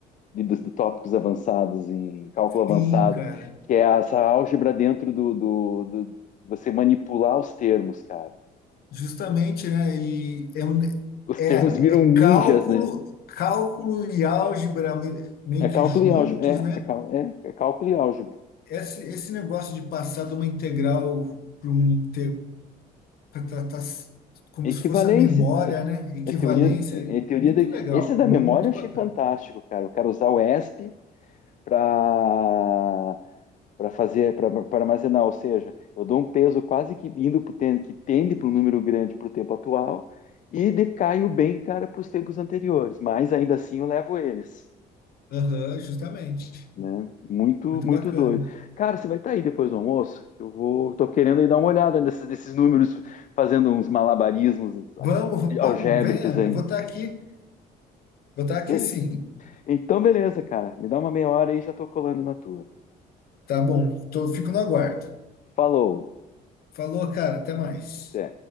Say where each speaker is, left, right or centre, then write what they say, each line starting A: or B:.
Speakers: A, on the left (about 50°); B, on the left (about 65°).
A: de, dos de tópicos avançados em cálculo
B: Sim,
A: avançado,
B: cara.
A: que é essa álgebra dentro do, do, do- você manipular os termos, cara.
B: Justamente, né? E é, um-
A: Os
B: é,
A: termos viram
B: é
A: ninjas,
B: cálculo,
A: né?
B: cálculo e álgebra me- meio
A: É
B: que
A: cálculo
B: juntos,
A: e álgebra. É,
B: né?
A: é, cal- é, é cálculo e álgebra.
B: Esse, esse negócio de passar de uma integral para um para tratar s- como
A: Equivalência.
B: se fosse a memória,
A: É,
B: né? Equivalência,
A: é teoria, é, é teoria
B: muito
A: da...
B: legal,
A: Esse é da
B: muito
A: memória eu achei
B: bacana.
A: fantástico, cara. O cara usar o ESP para para fazer, para armazenar, ou seja, eu dou um peso quase que indo pro, ten- que tende para um número grande para o tempo atual e decaio bem, cara, para os tempos anteriores, mas ainda assim eu levo eles,
B: Aham, justamente.
A: né? Muito,
B: Muito
A: muito
B: bacana.
A: doido. Cara, você vai estar aí depois do almoço? Eu vou, tô querendo aí dar uma olhada nesses, nesses números, fazendo uns malabarismos
B: Vamos,
A: algébricos
B: vamos, venha.
A: aí.
B: Eu vou estar aqui. Vou estar aqui
A: Beleza.
B: sim.
A: Então, beleza, cara. Me dá uma meia hora aí e já tô colando na tua.
B: Tá bom. Tô, fico no aguardo.
A: Falou.
B: Falou, cara. Até mais.
A: Até.